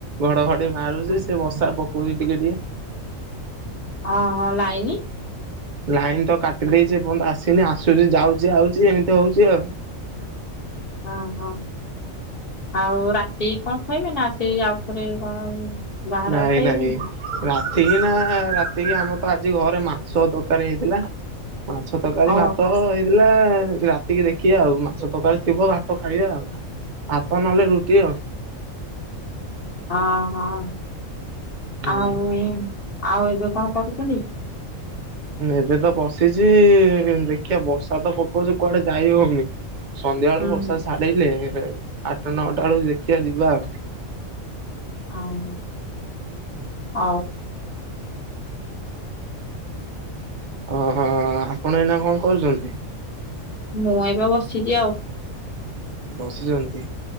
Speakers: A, on the right; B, on the left.
A: ଘଡଘଡି ମାରୁଛି ସେ ବର୍ଷା ପକଉ ଛି ଟିକେ ଟିକେ।
B: ହଁ ହଁ ଲାଇନି?
A: ଲାଇନ୍ ତ କାଟି ଦେଇଛି ଏପର୍ଯ୍ୟନ୍ତ ଆସିନି ଆସୁଛି ଯାଉଛି ଆଉଛି ଏମିତି ହଉଛି ଆଉ।
B: ହଁ ହଁ। ଆଉ ରାତିକି କଣ ଖାଇବେ? ନା ସେ ଆଉଥରେ କଣ ବାହାରେ
A: ନାଇଁ
B: ଆଉ ଖାଇବେନି
A: ନାଇଁ
B: କି?
A: ରା ତିକି ନା ରାତିକି ଆମର, ତ ଆଜି ଘରେ ମାଛ ତରକାରୀ ହେଇଥିଲା। ମାଛ ତରକାରୀ,
B: ଓ
A: ଭାତ ହେ ଇଥିଲା ରାତିକି ଦେଖିବା, ଆଉ ମାଛ ତରକାରୀ ଥିବ ଭାତ ଖାଇବା ଆଉ। ଭାତ ନହେଲେ ରୁଟି ଆଉ।
B: ହଁ- ହଁ
A: ହୁଁ।
B: ଆଉ ଆଉ ଏବେ କଣ କରୁଛନ୍ତି?
A: ଏବେ ତ ବସିଛି, ଦେଖିବା ବର୍ଷା ତ ପକଉଛି କୁଆଡେ ଯାଇ ହଉନି? ସନ୍ଧ୍ୟା ବେଳକୁ
B: ହୁଁ
A: ବର୍ଷା ଛାଡିଲେ, ଆଠଟା ନଅଟା ବେଳକୁ ଦେଖିଆ ଯିବା ଆଉ।
B: ଆଉ ଆଉ
A: ଓ ହୋ ଆପଣ ଏଇନା କଣ କରୁଛନ୍ତି?
B: ମୁଁ ଏବେ ବସିଛି ଆଉ।
A: ବସିଛନ୍ତି।